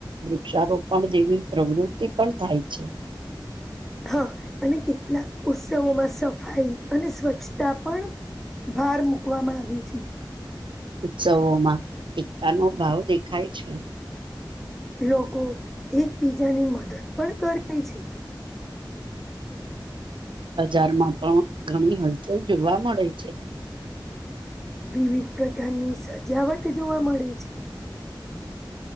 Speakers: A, on the right; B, in the centre.
A: વૃક્ષારોપણ જેવી પ્રવૃત્તિ પણ થાય છે.
B: હા અને કેટલાક ઉત્સવોમાં સફાઈ અને સ્વચ્છતા પણ. ભાર મુૂકવામાં આવી છે
A: ઉત્સવોમાં એકતાનો ભાવ દેખાય છે.
B: લોકો એકબીજાની મદદ પણ કરે છે.
A: બજારમાં પણ ઘણી હલચલ જોવા મળે છે.
B: વિવિધ પ્રકારની સજાવટ જોવા મળે છે